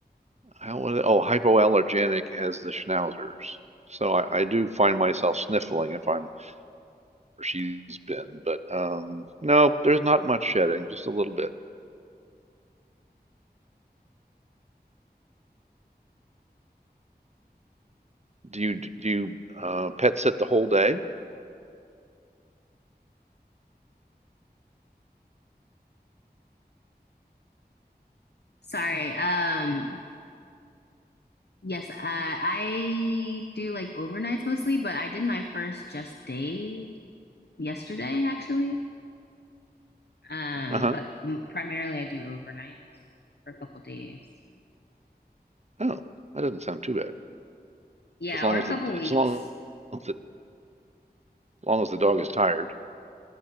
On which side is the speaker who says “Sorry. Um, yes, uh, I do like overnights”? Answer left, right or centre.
Left